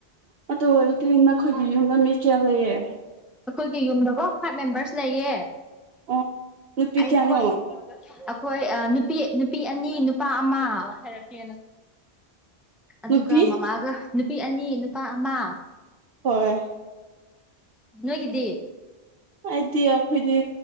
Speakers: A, on the right; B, in the centre.
A: ꯑꯗꯨ ꯑꯣꯏꯔꯗꯤ ꯅꯈꯣꯏꯒꯤ ꯌꯨꯝꯗ ꯃꯤ ꯀꯌꯥ ꯂꯩꯌꯦ
B: ꯑꯈꯣꯏꯒꯤ ꯌꯨꯝꯗꯀꯣ ꯐꯥꯏꯚ ꯃꯦꯝꯕꯔꯁ ꯂꯩꯌꯦ
A: ꯑꯣ ꯅꯨꯄꯤ
B: ꯑꯩꯈꯣꯏ
A: ꯀꯌꯥꯅꯣ
B: ꯑꯈꯣꯏ ꯑ ꯅꯨꯄꯤ ꯅꯨꯄꯤ ꯑꯅꯤ ꯅꯨꯄꯥ ꯑꯃ ꯍꯥꯏꯔꯛꯀꯦ ꯑꯗꯨꯒ
A: ꯅꯨꯄꯤ
B: ꯃꯃꯥꯒ ꯅꯨꯄꯤ ꯑꯅꯤ ꯅꯨꯄꯥ ꯑꯃ
A: ꯍꯣꯏ
B: ꯅꯣꯏꯒꯤꯗꯤ
A: ꯑꯩꯗꯤ ꯑꯈꯣꯏꯗꯤ